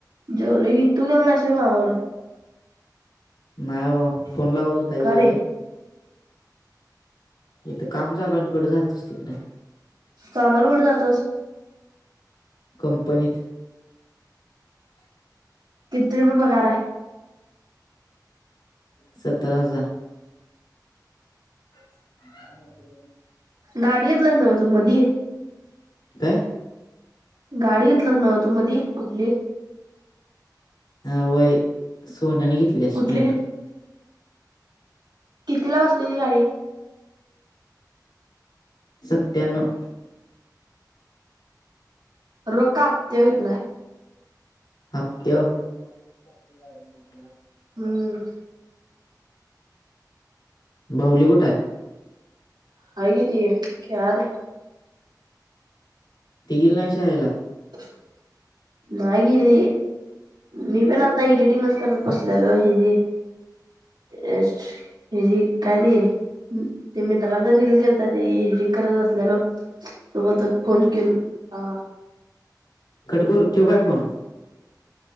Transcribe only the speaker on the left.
नाही अबा फोन लावत व्हता
ये
ये इथं काम चालुय आण कुठ जातोस तिकड
कंपनीत <unintelligible>
सतरा हजार <unintelligible>
काय
अ वय सोन्याने घेतल्या
स्प्लेंडर
सत्त्याण्णव
हप्त्यावर
बाहुली कुठ आहे
ति गेली नाही शाळेला
कट करु ठेवु काय फोन?